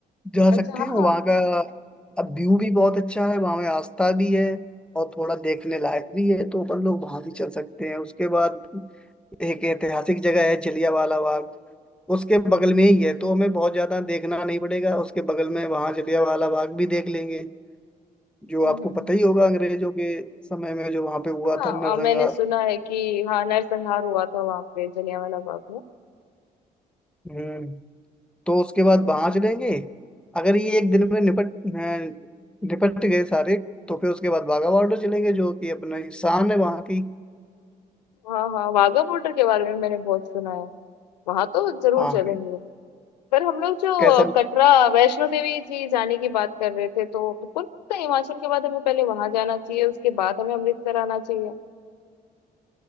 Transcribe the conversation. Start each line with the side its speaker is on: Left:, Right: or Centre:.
Centre: जा
Left: अच्छा
Centre: सकते
Left: हाँ
Centre: हैं वहाँ
Left: हाँ
Centre: का अब व्यू भी बहुत अच्छा है वहाँ में आस्था भी है और थोड़ा देखने लायक भी है तो अपन लोग वहाँ भी चल सकते हैं उसके बाद एक ऐतिहासिक जगह है जलियांवाला बाग उसके बगल में ही है तो हमें बहुत ज्यादा देखना नहीं पड़ेगा उसके बगल में वहां जलियांवाला बाग भी देख लेंगे जो आपको
Left: हम्म हम्म
Centre: पता ही होगा अंग्रेजों के समय में जो वहां पे हुआ
Left: हम्म हाँ
Centre: था नरसंहार
Left: अ, मैंने सुना है कि हाँ नरसंहार हुआ था वहां पे जलियांवाला बाग
Centre: हम्म तो उसके बाद
Left: में
Centre: वहां चलेंगे अगर ये एक दिन में निपट अ, निपट गए सारे तो फिर उसके बाद बाघा बॉर्डर चलेंगे जो कि अपना ही शान है वहां की
Left: हाँ हाँ वाघा बॉर्डर के बारे में मैंने बहुत सुना है वहां तो जरूर
Centre: हाँ
Left: चलेंगे
Centre: हाँ
Left: पर हम लोग जो
Centre: कैसा भी
Left: कटरा वैष्णो देवी जी जाने की बात कर रहे थे तो हमको लगता है हिमाचल के बाद हमें पहले वहां जाना चाहिए उसके बाद हमें अमृतसर आना चाहिए